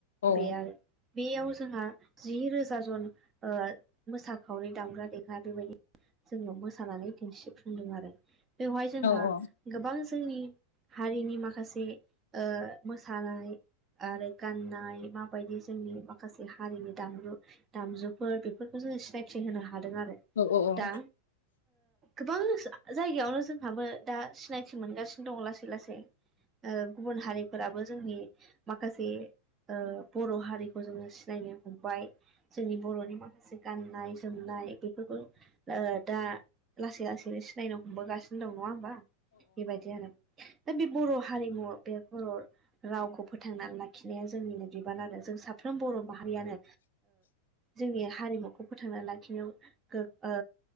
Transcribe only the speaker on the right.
बे आरो। बेयाव जोंहा जि रोजा जन मोसाखावरि दामग्रा देग्रा बेबायदि जोंनाव मोसानानै दिन्थिफुंदों आरो बेवहाय जोंहा
गोबां जोंनि हारिनि माखासे मोसानानै आरो गाननाय माबायदि जोंनि माखासे हारिनि दामजु दामजुफोर बेफोरखौ जोो सिनायथि होनो हादों आरो।
दा गोबां जायगायावनो जोंहाबो दा सिनायथि मोनगासिनो दं लासै लासै गुबुन हारिफोराबो जोंनि माखासे बर' हारिखौ जोङो सिनायनो हमबाय। जोंनि बर'नि माखासे गाननाय जोमनाय बेफोरखौ दा लासै लासैनो सिनायनो हमबोगासिनो दं नङा होमबा बेबायदि आरो। दा बे बर' हारिमु बे बर' रावखौ फोथांनानै लाखिनाया जोंनिनो बिबान आरो जों साफ्रोम बर' माहारियानो जोंनि हारिमुखौ फोथांना लाखिनायाव गो ओ